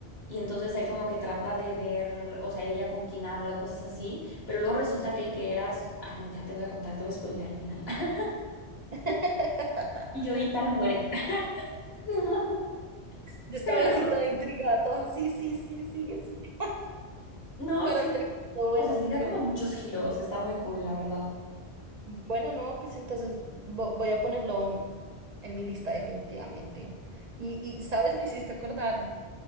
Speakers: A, on the left; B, on the right.
A: Y entonces él como que trata de ver, o sea, ella con quién habla o cosas así. Pero luego resulta que el que eras, ah, no, ya te voy a contar, te voy a spoilar el final. <laughs>
B: <laughs>
A: Y yo y tal muere. <laughs> No,
B: Yo estaba
A: pero
B: así toda intrigada, toda, sí, sí, sí, sigue, sigue.
A: no,
B: Para
A: sí.
B: este gusto, bueno,
A: O sea, sí
B: muy
A: da
B: bien.
A: como muchos giros. Está muy cool, la verdad.
B: Bueno, no, pues entonces vo- voy a ponerlo en mi lista definitivamente. Y, y sabes, me hiciste acordar,